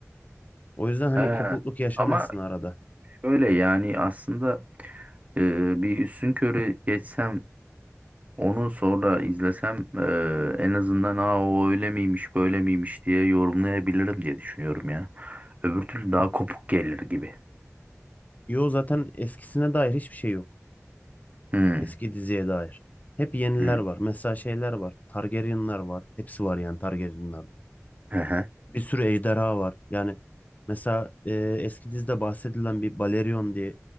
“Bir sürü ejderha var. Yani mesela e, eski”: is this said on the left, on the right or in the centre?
Left